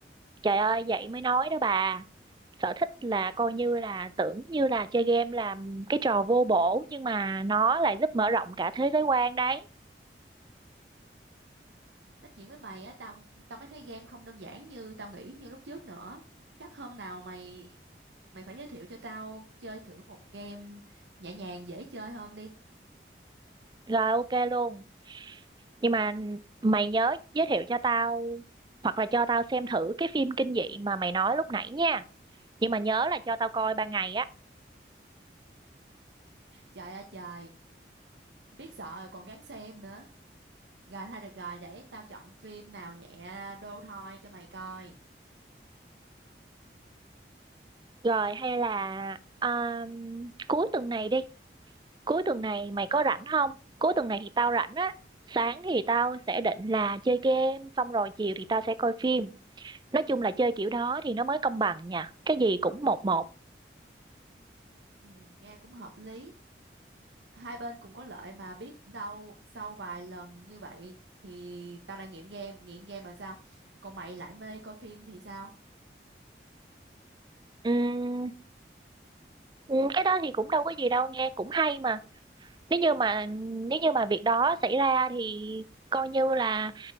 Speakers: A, on the right (about 25°); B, on the right (about 80°).
A: trời ơi vậy mới nói đó bà sở thích là coi như là tưởng như là chơi game làm cái trò vô bổ nhưng mà nó lại giúp mở rộng cả thế giới quan đấy
B: nói chuyện với mày á tao tao mới thấy game không đơn giản như tao nghĩ như lúc trước nữa chắc hôm nào mày mày phải giới thiệu cho tao chơi thử một game nhẹ nhàng dễ chơi hơn đi
A: rồi ok luôn nhưng mà mày nhớ giới thiệu cho tao hoặc là cho tao xem thử cái phim kinh dị mà mày nói lúc nãy nha nhưng mà nhớ là cho tao coi ban ngày á
B: trời ơi trời biết sợ rồi còn gắng xem nữa Rồi thôi được rồi, để tao chọn phim nào nhẹ đô thôi cho mày coi.
A: rồi hay là um, cuối tuần này đi cuối tuần này mày có rảnh không cuối tuần này thì tao rảnh á sáng thì tao sẽ định là chơi game xong rồi chiều thì tao sẽ coi phim nói chung là chơi kiểu đó thì nó mới công bằng nha cái gì cũng một một
B: Ừ, nghe cũng hợp lý. Hai bên cũng có lợi mà biết đâu sau vài lần như vậy thì tao lại nghiện game, nghiện game mà sao? Còn mày lại mê coi phim thì sao?
A: Ừm, ừm, cái đó thì cũng đâu có gì đâu nghe cũng hay mà nếu như mà nếu như mà việc đó xảy ra thì coi như là